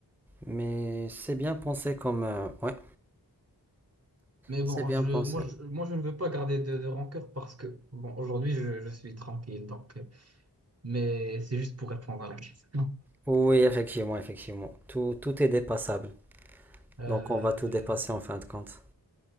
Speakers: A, in the centre; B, on the right.
A: Mais c'est bien pensé comme, euh, ouais,
B: mais bon,
A: c'est bien
B: je,
A: pensé.
B: moi, je, moi, je ne veux pas garder de, de rancœur parce que, bon, aujourd'hui, je, je suis tranquille, donc, euh, mais c'est juste pour répondre à la question.
A: Oui, effectivement, effectivement. Tout, tout est dépassable.
B: Euh,
A: Donc on va tout dépasser en fin de compte.